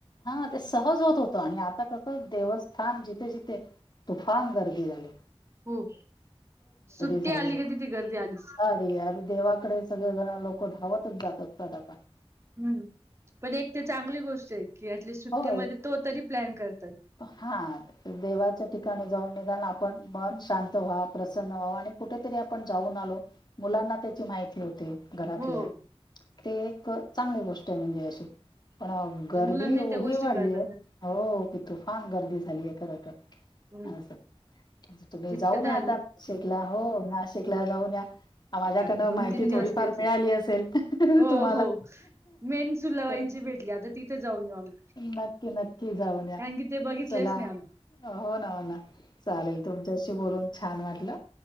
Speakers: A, on the left; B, on the right.
A: हा ते सहज होत होतं आणि आता कसं देवस्थान जिथे जिथे तुफान गर्दी झालीये.
B: खुप, सुट्टी
A: झाली
B: आली की तिथे गर्दी आलीच.
A: <inaudible> देवाकडे सगळे जणारे लोकं धावतच जात असतात आता.
B: हम्म पण एक ते चांगली गोष्ट आहे की ऑटलिस सुट्टीमध्ये
A: हो
B: तो तरी प्लॅन करतोय.
A: हा देवाच्या ठिकाणी जाऊन निदान आपण मन शांत व्हा प्रसन्न व्हा आणि कुठेतरी आपण जाऊन आलो मुलांना त्याची माहिती होते.
B: हो
A: आपल्या ते एक चांगली गोष्ट आहे म्हणजे अशी पण गर्दी
B: जे मुलांना
A: एवढी
B: त्या गोष्टी
A: वाढली
B: कळतात
A: आहे
B: ना
A: हो की तुफान गर्दी झाली आहे खरं तर.
B: हम्म
A: असं तुम्ही
B: जितकं
A: जाऊन
B: धार्मिक
A: या आता <inaudible> नाशिकला हो नाशिकला जाऊन या. माझ्याकडंन
B: मी आता दोन
A: माहिती
B: तीन दिवस
A: थोडीफार
B: तेच
A: मिळाली
B: आहे
A: आस सेल
B: हो
A: तुम्हाला
B: हो मेन सुलाबाईंची
A: तर
B: भेटली आता तिथे जाऊन येऊ आम्ही
A: नक्की न क्की जाऊन
B: कारण
A: या,
B: की ते बघितलेच
A: चला
B: नाही आम्ही
A: हो ना हो ना, चालेल तुमच्याशी बोलून छान वाटलं.